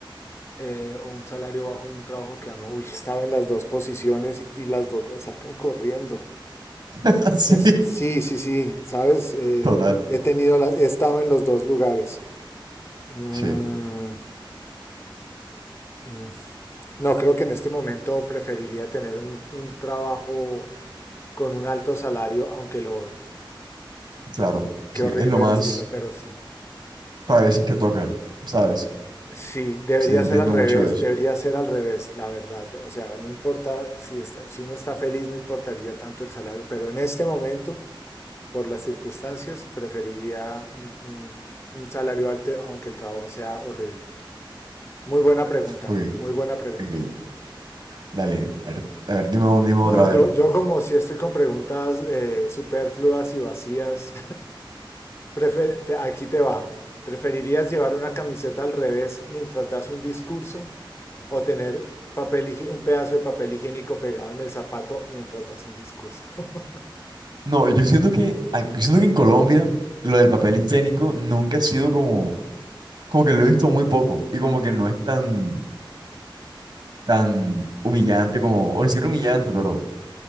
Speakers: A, on the left (about 30°); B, on the right (about 60°).
A: eh, o un salario bajo en un trabajo que amo. Uy, estaba en las dos posiciones y las dos me sacan corriendo.
B: <laughs> sí,
A: Es, sí, sí, sí, sabes, Eh,
B: total.
A: he tenido la- he estado en los dos lugares. Mm,
B: Sí,
A: mm. No, creo que en este momento preferiría tener un, un trabajo con un alto salario, aunque lo odie.
B: claro.
A: Qué
B: Sí,
A: horrible
B: es lo más
A: decirlo, pero sí.
B: para veces que toca, ¿sabes?
A: Sí, debería
B: Sí, entiendo
A: ser al revés,
B: mucho eso.
A: debería ser al revés, la verdad. O sea, no importa si, es- si uno está feliz, no importaría tanto el salario, pero en este momento, por las circunstancias, preferiría un, un- un salario alto, aunque el trabajo sea horrible. Muy buena pregunta,
B: Ok,
A: muy buena pregunta.
B: ok, dale. A ver, a ver, dime, un- dime
A: No,
B: otra
A: yo,
B: vez.
A: yo como si estoy con preguntas eh, superfluas y vacías, Prefer- te- aquí te va. ¿Preferirías llevar una camiseta al revés mientras das un discurso o tener papel higi- un pedazo de papel higiénico pegado en el zapato mientras das un discurso? <laughs>
B: No, yo siento que, a- yo siento que en Colombia lo del papel higiénico nunca ha sido como como que lo he visto muy poco y como que no es tan, tan humillante como, o ni siquiera humillante, pero